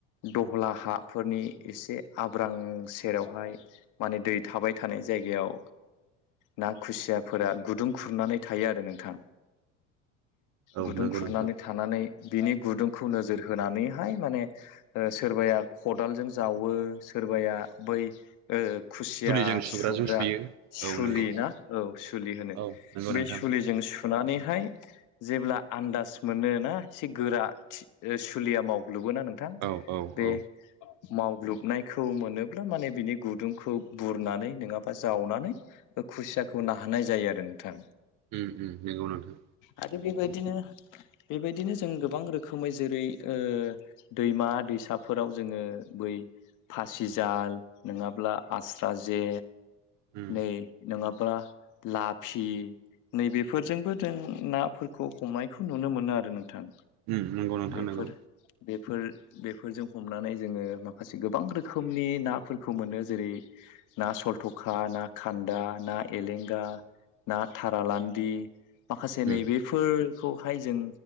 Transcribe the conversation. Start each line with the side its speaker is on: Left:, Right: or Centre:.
Left: दह गला हाफोरनि एसे आब्रां सेरावहाय माने दै थाबाय थानाय जायगायाव ओ ना खुसियाफोरा गुदुं खुरनानै थायो आरो नोंथां
Right: औ
Left: गुदुं
Right: नंगौ
Left: खुरनानै
Right: नोंथां
Left: थानानै बिनि गुुदुं खौ नोजोर होनानैहाय माने ओ सोरबाया खदालजों जावो सोरबाया बो बै ओ खुसिया
Right: सुलिजों सुग्राजों
Left: सुग्रा
Right: सुयो
Left: सुलि
Right: औ नंगौ
Left: ना औ सुलि होनो
Right: औ नंगौ
Left: बे
Right: नोंथां
Left: सुलिजों - थुनानैहाय जेब्ला आन्दाज मोनो ना एसे गोरा सुलिया मावग - लुुबो नोंथां
Right: औ औ
Left: बे
Right: औ
Left: - मावग्लोबनायखौ मोनोब्ला माने बिनि गुदुंखौ बुरनानै नङाबा जावनानै खुसियाखौ नाहानाय जायो आरो नोंथां।
Right: उम उम नोंगौ नोंथां।
Left: आरो बेबायदिनो बेबायदिनो जों गोबां रोखोमै जेरै ओ दैमा दैसाफोराव जोङो बै फासिजाल नङाब्ला आस्रा जे
Right: उम
Left: नै नङाब्ला लाफि नैबेफोरजोंबो जों नाफोरखौ हमायखौ नुनो मोनो आरो नों थां
Right: उम नंगौ नोंथां
Left: बेफोर
Right: नंगौ
Left: बे - बेफोर बेफोरजों हमनानै जोङो माखासे गोबां रोखोमनि नाफोरखौ मोनो जेरै ना सलथ'खा ना खान दा ना एलेंगा ना थारालान्दि माखासे
Right: उम
Left: नैबेफोर खौहाय जों